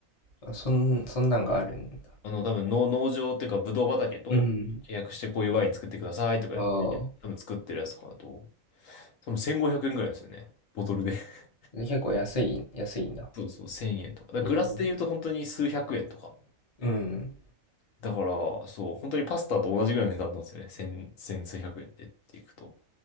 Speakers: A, on the left; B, on the left.
A: あそん、そんなんがあるんだ。
B: あの、多分農、農場っていうか、ブドウ畑と契約してこういうワイン作ってくださいとか言って、
A: うん。ああ。
B: 多分作ってるやつとかだと、多分1500円ぐらいですよね。ボトルで。<laughs>
A: で結構安い、安いんだ。
B: そうそう、1000円とか。だからグラスで言うと本当に数百円とか。
A: えー、うん。
B: だから、そう、本当にパスタと同じぐらいの値段なんですよね。千、千数百円でっていくと。